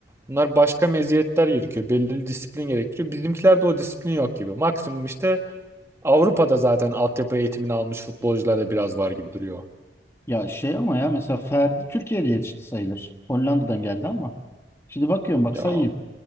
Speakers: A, on the right; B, on the left.
A: Bunlar başka meziyetler gerekiyor. Belirli disiplin gerektiriyor. Bizimkilerde o disiplin yok gibi. Maksimum işte Avrupa'da zaten altyapı eğitimini almış futbolcularda biraz var gibi duruyor.
B: Ya şey ama ya mesela Ferdi Türkiye'de yetişti sayılır. Hollanda'dan geldi ama. Şimdi bakıyorum bak
A: Ya
B: say